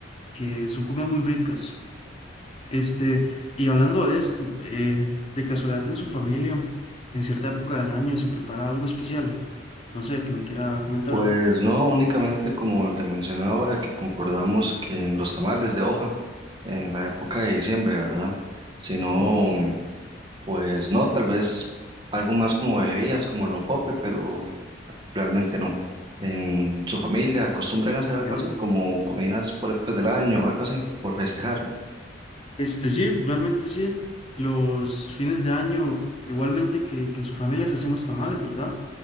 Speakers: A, on the left; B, on the right.
A: que son comidas muy ricas. Este, y hablando de esto, eh, de casualidad en su familia, en cierta época del año se prepara algo especial. No sé, que me quiera comentar.
B: Pues no, únicamente como le mencioné ahora, que concordamos que en los tamales de hoja, en la época de diciembre, ¿verdad? Sino Pues no, tal vez algo más como bebidas, como el rompope, pero realmente no. ¿En su familia acostumbran a hacer
A: Entiendo.
B: algo así, como comidas por épocas del año o algo así, por festejar?
A: Este sí, realmente sí. Los fines de año, igualmente que, que en su familia se hacen los tamales, ¿verdad?